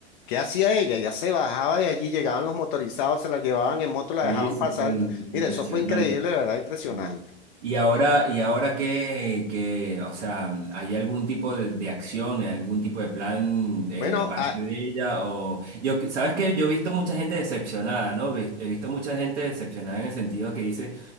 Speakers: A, on the left (about 45°); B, on the right (about 85°).
A: ¿Qué hacía ella? Ya se bajaba de allí, llegaban los motorizados, se la llevaban en moto, la
B: Sí,
A: dejaban
B: sí,
A: pasar.
B: sí,
A: y t-
B: impresionante.
A: Mira, eso fue increíble, de verdad, impresionante.
B: Sí. sí. Y ahora, y ahora que, que, o sea, ¿hay algún tipo de, de acción, algún tipo de plan eh,
A: Bueno,
B: de parte de ella? O yo, que- sabes que yo he visto mucha gente decepcionada, ¿no? Vis- He visto mucha gente decepcionada en el sentido que dice,